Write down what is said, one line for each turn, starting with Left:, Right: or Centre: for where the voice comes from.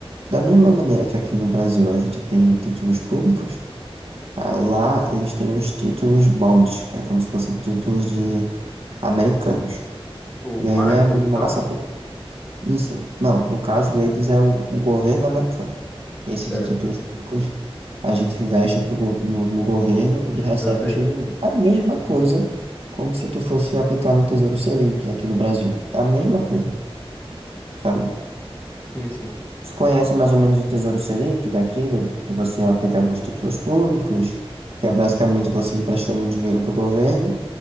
Right: Da mesma maneira que aqui no Brasil a gente tem títulos públicos, ah, lá eles têm os títulos bonds, que é como se fossem títulos de americanos.
Left: Tipo,
Right: E
Left: marcas
Right: aí é massa,
Left: e tal?
Right: pô. Isso. Não, no caso eles é o, o governo americano. Esse
Left: Certo.
Right: de títulos públicos, a gente investe pro go- no, no governo
Left: Governo
Right: e recebe
Left: brasileiro.
Right: os rendimentos. A mesma
Left: Uhum.
Right: coisa como se tu fosse aplicar no Tesouro Selic aqui no Brasil. É a mesma coisa, sabe?
Left: Sim, sim.
Right: Você conhece mais ou menos o Tesouro Selic daqui, do- que você aplica nos títulos públicos, que é basicamente você emprestando dinheiro para o governo